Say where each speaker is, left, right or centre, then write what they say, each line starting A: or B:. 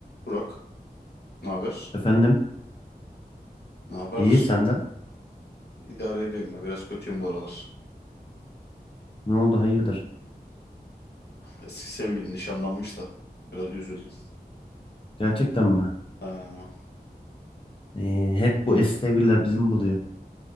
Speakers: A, on the left; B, on the left.
A: Burak, ne haber?
B: Efendim,
A: Ne haber?
B: iyi senden.
A: İdare ediyorum ya. Biraz kötüyüm bu aralar.
B: Ne oldu hayırdır?
A: Eski sevgilim nişanlanmış da. Biraz üzüldüm.
B: Gerçekten mi?
A: Ha,
B: Ee, hep bu eski sevgililer bizim buluyor.